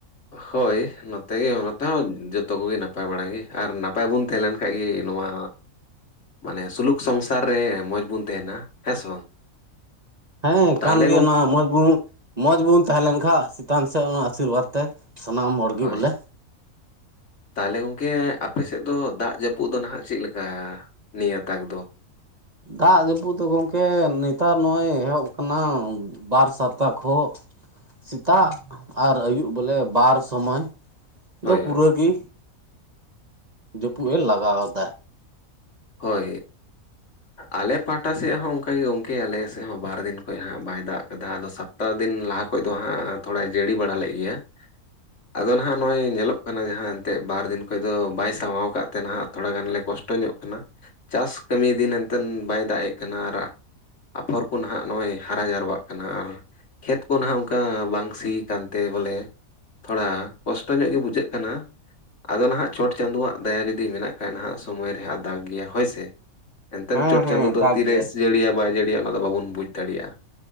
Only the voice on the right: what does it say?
ᱦᱮᱸ
ᱠᱟᱱ ᱜᱮ
ᱚᱱᱟ ᱢᱚᱸᱡᱽ ᱵᱩᱱ ᱢᱚᱸᱡᱽ ᱵᱩᱱ ᱛᱟᱦᱮᱸ ᱞᱮᱱᱠᱷᱟᱱ ᱪᱮᱛᱟᱱ ᱥᱮᱫ ᱚᱱᱟ ᱟᱥᱤᱨᱵᱟᱫᱽ ᱛᱮ ᱥᱟᱱᱟᱢ ᱦᱚᱲ ᱜᱤ
ᱵᱚᱞᱮ
ᱫᱟᱜ ᱡᱟᱹᱯᱩᱫ ᱫᱚ ᱜᱚᱝᱠᱮ ᱱᱮᱛᱟᱨ ᱱᱚᱜᱼᱚᱭ ᱮᱦᱚᱵ ᱠᱟᱱᱟ᱾ ᱵᱟᱨ ᱥᱟᱯᱛᱟ ᱠᱷᱚᱜ ᱥᱮᱛᱟᱜ ᱟᱨ ᱟᱹᱭᱩᱵ ᱵᱚᱞᱮ ᱵᱟᱨ ᱥᱚᱢᱚᱭ᱾
ᱫᱚ ᱯᱩᱨᱟᱹᱜᱤ
ᱡᱟᱹᱯᱩᱫ ᱮ ᱞᱟᱜᱟᱣ ᱫᱟ᱾
ᱦᱮᱸ
ᱦᱮᱸ
ᱫᱟᱜ
ᱜᱮᱭᱟᱭ